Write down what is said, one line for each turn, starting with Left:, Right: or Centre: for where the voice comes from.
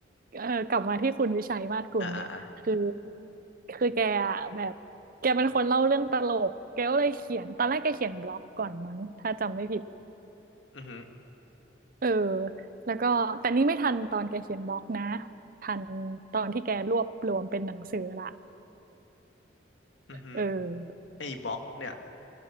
Right: เออกลับมาที่คุณวิชัยมาศกุลเนี่ยคือ
Left: อ่ะอ่ะอ่ะ
Right: คือแกอะแบบแกเป็นคนเล่าเรื่องตลกแกก็เลยเขียนตอนแรกแกเขียนบล็อกก่อนมั้งถ้าจำไม่ผิด
Left: อือฮึอ
Right: เออแล้วก็แต่นี่ไม่ทันตอนแกเขียนบล็อกนะทันตอนที่แกรวบรวมเป็นหนังสือละ
Left: ือฮึ
Right: เออ
Left: ไอ้บล็อกเนี่ย